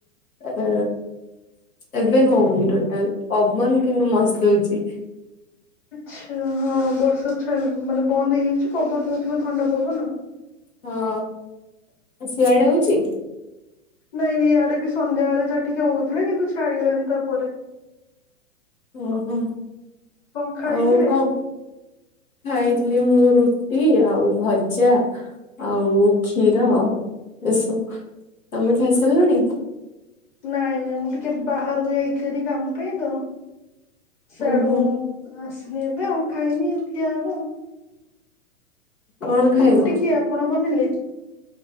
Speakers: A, on the left; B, on the left.
A: ଆ ଏ ଏବେ ହୋଉନି ଟୋଟାଲ ପବନ କିନ୍ତୁ ମସ୍ତ ହୋଉଛି।
B: ଆଛା ହଁ ବର୍ଷାଛା ମାନେ ବନ୍ଦ ହେଇଯାଇଛି ପବନ ଦୋଉଥିବ ଥଣ୍ଡା ପବନ।
A: ହଁ ସିଆଡେ ହୋଉଛି?
B: ନାଇଁ ନାଇଁ ଇଆଡେ ବି ସନ୍ଧ୍ୟାବେଳେ ଯାହା ଟିକେ ହୋଉଥିଲା କିନ୍ତୁ ଛାଡିଗଲାଣି ତାପରେ।
A: ଓହୋ
B: କଣ ଖାଇଥିଲେ?
A: ଆଉ କଣ? ଖାଇଥିଲି ମୁଁ ରୁଟି ଆଉ ଭଜା। ଆଉ କ୍ଷୀର ଏସବୁ ତମେ ଖାଇ ସାରିଲଣି?
B: ନାଇଁ ନାଇଁ ମୁଁ ଟିକେ ବାହାରକୁ ଯାଇଥିଲି କାମ ପାଇଁ ତ ସିଆଡୁ
A: ଓହୋ।
B: ଆସିଲି ଏବେ ଆଉ ଖାଇନି ଖିଆ ହେବ ଆଉ।
A: କଣ ଖାଇବ?
B: ରୁଟି କିଏ ଆପଣ ବନେଇଲେ?